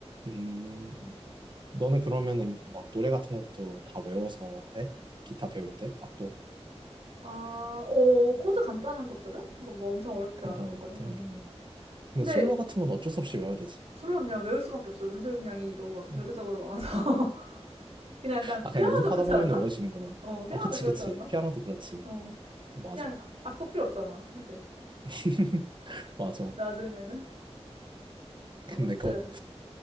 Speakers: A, on the right; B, on the right.
A: 음,
B: 음.
A: 너는 그러면은 막 노래 같은 것도 다 외워서 해? 기타 배울 때? 악보?
B: 아, 어, 코드 간단한 것들은? 그러니까 뭐 엄청 어렵지
A: 간단한
B: 않은 것들은?
A: 것들?
B: 음.
A: 근데
B: 근데
A: 솔로 같은 건 어쩔 수 없이 외워야 되지.
B: 솔로는 그냥 외울 수밖에 없어. 연습량이 너무 많-
A: 네.
B: 절대적으로 많아서. <laughs> 그냥 약간
A: 아, 그냥
B: 피아노도
A: 연습하다
B: 그렇지
A: 보면
B: 않나?
A: 외워지는구나.
B: 어, 피아노도
A: 아, 그치,
B: 그렇지
A: 그치.
B: 않나?
A: 피아노도 그렇지.
B: 어,
A: 맞아.
B: 그냥 악보 필요 없잖아, 사실.
A: <laughs> 맞아.
B: 나중에는.
A: 근데
B: 아무튼,
A: 그거